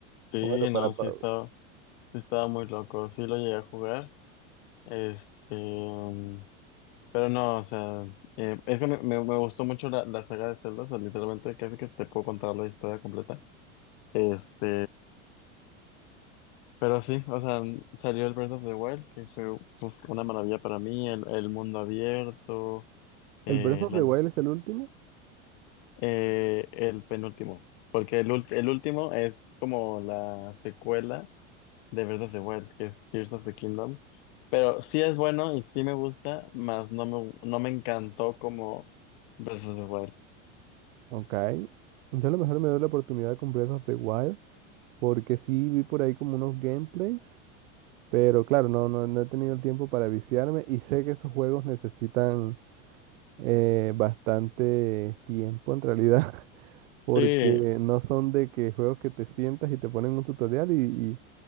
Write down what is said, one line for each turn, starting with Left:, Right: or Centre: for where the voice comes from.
Left: Sí,
Right: Bueno, para,
Left: no, sí
Right: pa-
Left: estaba, sí estaba muy loco, sí lo llegué a jugar, este, mm, pero no, o sea, eh, es que me, me- me gustó mucho la, la saga de Zelda, o sea, literalmente casi que te puedo contar la historia completa, este, Pero sí, o sea, salió el Breath of the Wild, que fue uf, una maravilla para mí, el, el mundo abierto, eh,
Right: el Breath of
Left: la-
Right: the Wild es el último
Left: eh, el penúltimo, porque el, ult- el último es como la secuela de Breath of the Wild, que es Tears of the Kingdom, pero sí es bueno y sí me gusta, mas no me, no me encantó como Breath of the Wild.
Right: Ok. Yo a lo mejor me doy la oportunidad con Breath of the Wild, porque sí vi por ahí como unos gameplays, pero claro, no, no, no he tenido el tiempo para viciarme y sé que esos juegos necesitan eh, bastante tiempo en realidad, <laughs> porque
Left: Sí,
Right: no son de que juegos que te sientas y te ponen un tutorial y,